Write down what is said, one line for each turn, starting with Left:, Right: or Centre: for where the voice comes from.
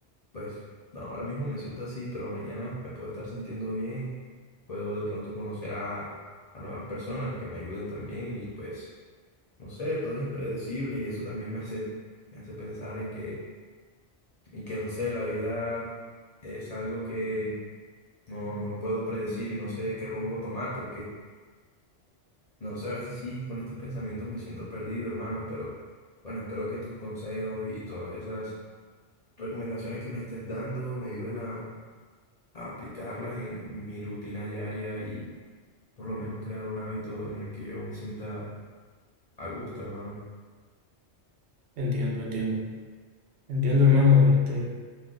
Left: pues, no, ahora mismo me siento así, pero mañana me puedo estar sintiendo bien, puedo de pronto conocer a, a nuevas personas que me ayuden también y pues, no sé, todo es impredecible y eso también me hace, me hace pensar en que y que no sé, la vida es algo que no, no puedo predecir y no sé qué rumbo tomar porque, no sé, a veces sí, con estos pensamientos me siento perdido, hermano, pero bueno, espero que tus consejos y todas esas recomendaciones que me estés dando me ayuden a, a aplicarlas en mi rutina diaria y por lo menos crear un hábito en el que yo me sienta a gusto, hermano.
Right: Entiendo, entiendo. Entiendo, hermano. Este,